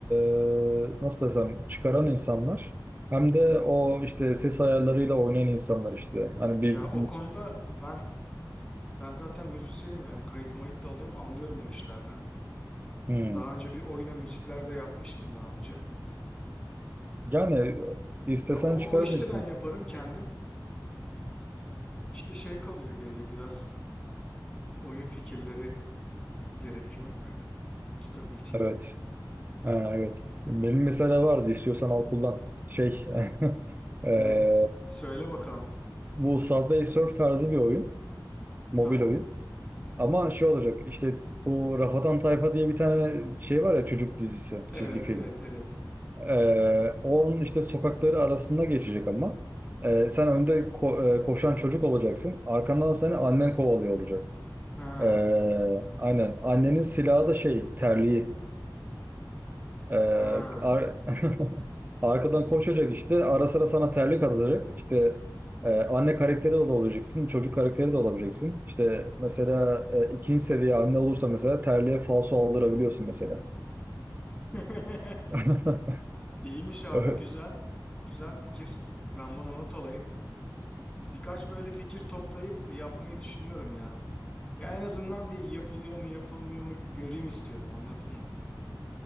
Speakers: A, on the right; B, on the left.
A: e, nasıl desem çıkaran insanlar hem de o işte ses ayarlarıyla oynayan insanlar işte. Hani
B: Ya
A: bir
B: o konuda ben ben zaten müzisyenim yani kayıt mayıt da alıyorum anlıyorum o işlerden.
A: hmm.
B: Daha önce bir oyuna müzikler de yapmıştım daha önce.
A: yani istesen
B: Ya o,
A: çıkarabilirsin.
B: o işte ben yaparım kendim. İşte şey kalıyor geriye biraz oyun fikirleri gerekiyor böyle tutabilecek.
A: Evet. Ha, evet. Benim mesela vardı istiyorsan al kullan. Şey <laughs> eee,
B: Ne? Söyle bakalım.
A: bu Subway Surf tarzı bir oyun. Mobil
B: Tamam.
A: oyun. Ama şey olacak işte bu Rafadan Tayfa diye bir tane şey var ya çocuk dizisi
B: Evet
A: çizgi film.
B: evet evet.
A: Eee, onun işte sokakları arasında geçecek ama. Eee, sen önde ko- eee, koşan çocuk olacaksın. Arkandan seni annen kovalıyor olacak.
B: Ha.
A: Eee, aynen. Annenin silahı da şey terliği. Ee,
B: Ha.
A: ar- <laughs> arkadan koşacak işte. Ara sıra sana terlik atacak. İşte e, anne karakteri de olabileceksin. Çocuk karakteri de olabileceksin. İşte mesela e, ikinci seviye anne olursa mesela terliğe falso aldırabiliyorsun mesela.
B: <laughs>
A: <laughs>
B: İyiymiş abi
A: Ö-
B: güzel. Güzel fikir. Ben bunu not alayım. Birkaç böyle fikir toplayıp yapmayı düşünüyorum ya. Ya en azından bir yapılıyor mu yapılmıyor mu göreyim istiyorum anladın mı?